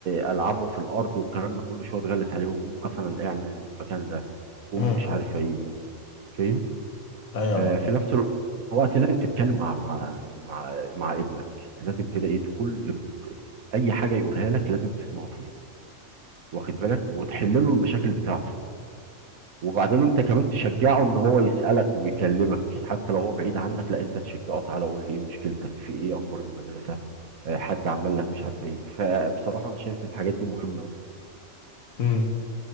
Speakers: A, on the right; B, on the left.
A: آه، العابه في الارض والكلام ده كله شويه تغلس عليه وقوم مثلا اعمل المكان ده قوم
B: مم.
A: مش عارف ايه فاهم
B: ايوه
A: آه في
B: يا
A: نفس الوقت لازم تتكلم مع مع مع, مع ابنك لازم كده ايه كل اي حاجه يقولها لك لازم تسمعه فيها واخد بالك وتحل له المشاكل بتاعته وبعدين انت كمان تشجعه ان هو يسألك ويكلمك حتى لو هو بعيد عنك لا انت تشجعه تعالى قول لي ايه مشكلتك في ايه اخبار المدرسة آه، حد عمل لك مش عارف ايه فبصراحة انا شايف الحاجات دي مهمة قوي
B: مريم.